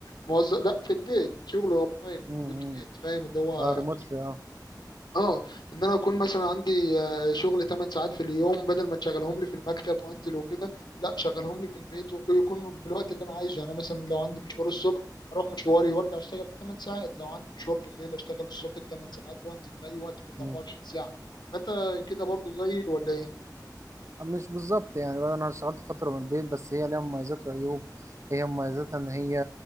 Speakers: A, on the left; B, on the right.
A: موظف لا في البيت شغل اونلاين من
B: امم
A: البيت
B: امم
A: فاهم اللي هو
B: اه ريموتلي اه
A: اه ان انا اكون مثلا عندي آه، شغل 8 ساعات في اليوم بدل ما تشغلهم لي في المكتب وانزل وكده لا شغلهم لي في البيت ويكون في الوقت اللي انا عايزه يعني مثلا لو عندي مشوار الصبح اروح مشواري وارجع اشتغل 8 ساعات لو عندي مشوار بالليل اشتغل الصبح 8 ساعات وانزل في اي وقت في ال
B: مم.
A: 24 ساعه فانت كده برضو زيي ولا ايه؟
B: مش بالظبط يعني بقى انا اشتغلت فتره من البيت بس هي ليها مميزات وعيوب هي مميزاتها ان هي